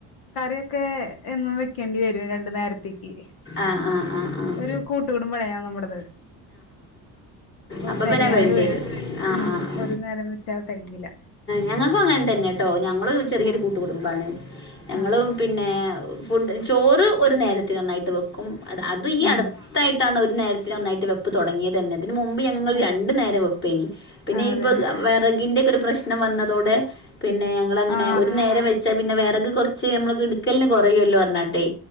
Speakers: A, on the left; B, on the left.
A: കറിയൊക്കെ എന്നും വെക്കേണ്ടി വരും രണ്ടു നേരത്തേക്ക്
B: ആഹ് ആഹ് ആഹ് ആഹ്
A: ഒരു കൂട്ടുകുടുംബ <unintelligible> നമ്മുടേത് അപ്പൊ
B: അപ്പ
A: തികയാണ്ട്
B: പിന്നെ വേണ്ടിവെരും
A: വരും
B: ആ
A: ഉം
B: ആ ആ
A: ഒരു നേരം വെച്ചാ തികയില്ല
B: ഞങ്ങൾക്കും അങ്ങനെ തന്നെട്ടോ ഞങ്ങളും ചെറിയൊരു
A: ആ
B: കൂട്ടു കുടുംബാണ് ഞങ്ങളും
A: ആ
B: പിന്നെ ഫുഡ് ചോറ് ഒരു നേരത്ത് ഒന്നായിട്ട് വെക്കും അത് അത് ഈ
A: ആ
B: അടുത്തായിട്ടാണ് ഒരു നേരത്തിന് ഒന്നായിട്ട് വെപ്പ് തൊടങ്ങിയേതെന്നെ മുമ്പ് ഞങ്ങൾ
A: ആ
B: രണ്ടു നേരം വെപ്പേനി പിന്നെ
A: അതെ
B: ഇപ്പ വെറകിന്റെ ഒരു പ്രശ്നം വന്നതോടെ പിന്നെ ഞങ്ങള് അങ്ങനെ
A: ആ
B: ഒരു നേരം വെച്ചാ പിന്നെ വെറക് കൊറച്ച് നമ്മക്ക് ഇടുക്കലിന് കുറയുല്ലോ പറഞ്ഞട്ട്